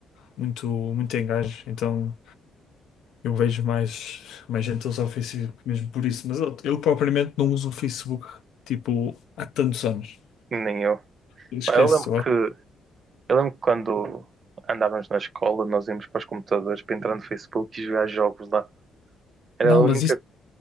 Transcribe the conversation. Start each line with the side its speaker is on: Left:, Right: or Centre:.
Left: muito, muito engajo, então eu vejo mais, mais gente a usar o Facebook mesmo por isso. Mas eu, eu propriamente não uso o Facebook tipo há tantos anos.
Right: Nem eu.
Left: Esquece,
Right: Pá, Eu lembro
Left: eu acho.
Right: que Eu lembro que quando andávamos na escola, nós íamos para os computadores para entrar no Facebook e jogar jogos lá. Era
Left: Não,
Right: a única.
Left: mas isso,